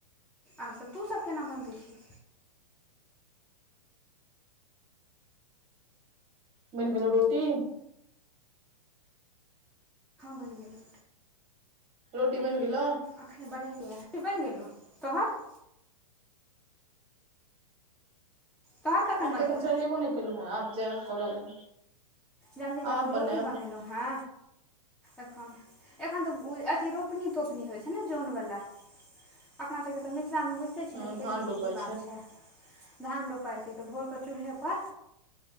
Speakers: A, in the centre; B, on the right.
A: आब त तूसब केना मनबै छ
B: बइनगेलो रोटी
A: हं बइन गेलै
B: रोटी बइन गेलो
A: अखने बनेलिय रटी बइन गेलौ तोहर तोहर कखन
B: हम
A: बनतौ
B: तऽ एखन चढ़ एबो नहि केलहुँ ह आब जाय आब करऽ लए
A: जल्दी जल्दी
B: आब बनायब
A: रोटी बनेलहुँ ह एखन एखन तऽ अथी रोपनी तोपनी होइ छय ने जोन बला अपना सबके तऽ मिथिलामे बुझते छी
B: हँ
A: ने खेती
B: धान रोपाइ
A: के की बात छै ध रो त भ